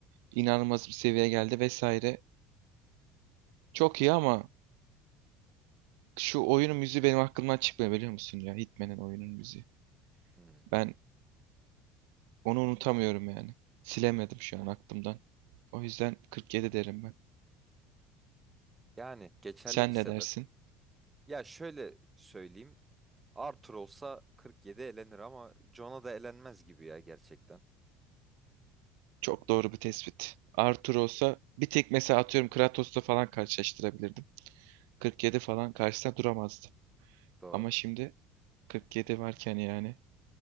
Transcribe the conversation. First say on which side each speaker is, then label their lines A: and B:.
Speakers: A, on the right; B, on the right.
A: inanılmaz bir seviyeye geldi vesaire. Çok iyi ama şu oyunun müziği benim aklımdan çıkmıyor biliyor musun ya? Hitman'in oyunun müziği.
B: Hmm.
A: Ben onu unutamıyorum yani. Silemedim şu an aklımdan. O yüzden 47 derim ben.
B: Yani geçerli
A: Sen
B: bir sebep.
A: ne dersin?
B: Ya şöyle söyleyeyim. Arthur olsa 47 elenir ama John'a da elenmez gibi ya gerçekten.
A: Çok doğru bir tespit. Arthur olsa bir tek mesela atıyorum Kratos'la falan karşılaştırabilirdim. 47 falan karşısında duramazdı.
B: Doğru,
A: Ama şimdi 47 varken yani